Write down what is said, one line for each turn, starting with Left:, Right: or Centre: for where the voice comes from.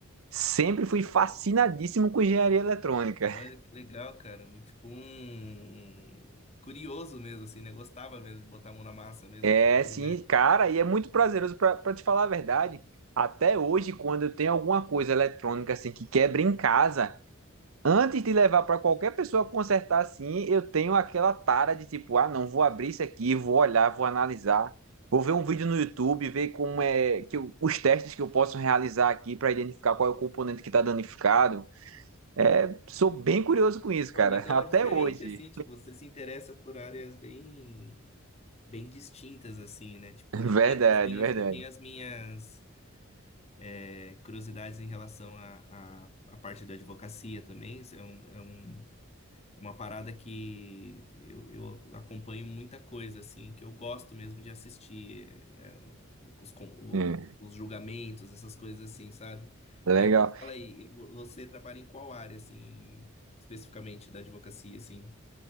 Right: Sempre fui fascinadíssimo com engenharia eletrônica.
Left: Olha que legal, cara. Um- Tipo um, um curioso mesmo, assim, né? Gostava mesmo de botar a mão na massa mesmo,
Right: É
Left: tipo, de fazer,
Right: sim,
Left: né?
Right: cara, e é muito prazeroso pra pra te falar a verdade. Até hoje, quando eu tenho alguma coisa eletrônica assim que quebra em casa, antes de levar pra qualquer pessoa consertar assim, eu tenho aquela tara de tipo, ah, não, vou abrir isso aqui, vou olhar, vou analisar, vou ver um vídeo no YouTube, ver como é que eu- os testes que eu posso realizar aqui pra identificar qual é o componente que tá danificado. É, sou bem curioso com isso,
Left: Pô,
Right: cara,
Left: legal,
Right: <laughs> até
Left: é diferente,
Right: hoje.
Left: assim, tipo, você se interessa por áreas bem, bem distintas, assim, né? Tipo,
Right: Verdade,
Left: eu tenho as minhas,
Right: verdade.
Left: eu tenho as minhas é, curiosidades em relação à à à parte da advocacia também. Isso É um, é um, É uma parada que eu, eu acompanho muita coisa, assim, que eu gosto mesmo de assistir. é, é, os, con- o-
Right: É,
Left: os julgamentos, essas coisas assim, sabe?
Right: legal.
Left: Mas me fala aí, vo- você trabalha em qual área, assim, especificamente da advocacia, assim?